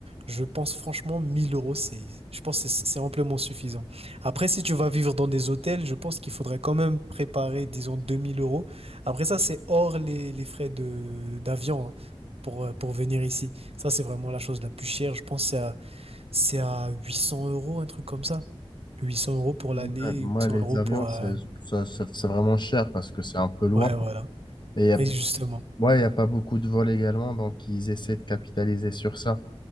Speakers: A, on the right; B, on the left.
A: je pense franchement 1000 euros, c'est, je pense que c'est c'est amplement suffisant. Après, si tu vas vivre dans des hôtels, je pense qu'il faudrait quand même préparer, disons, 2000 euros. Après, ça, c'est hors les, les frais de, d'avion, hein, pour, euh, pour venir ici. Ça, c'est vraiment la chose la plus chère. Je pense que c'est à, c'est à 800 euros, un truc comme ça. huit cents euros pour l'aller,
B: Ouais, moi,
A: huit cents
B: les
A: euros
B: avions,
A: pour, euh,
B: c'est ça- ça- c'est vraiment cher parce que c'est un peu loin.
A: ouais, voilà.
B: Et y a-
A: Et justement.
B: ouais, il n'y a pas beaucoup de vols également, donc ils essaient de capitaliser sur ça.